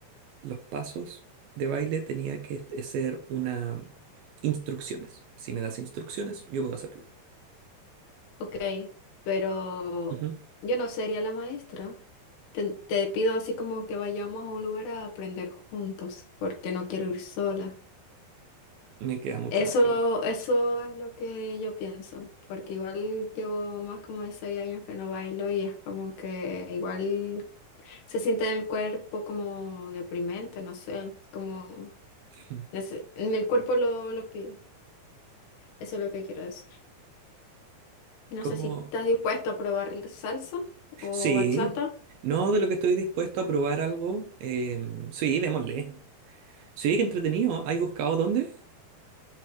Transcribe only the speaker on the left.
ok, pero
yo no sería la maestra. Te, te pido así como que vayamos a un lugar a aprender juntos, porque no quiero ir sola.
Eso,
eso es lo que yo pienso, porque igual llevo más como de seis años que no bailo y es como que igual se siente en el cuerpo como deprimente, no sé, como
nece- el cuerpo lo, lo pide. Eso es lo que quiero decir. No
sé si estás dispuesto a probar salsa o
bachata.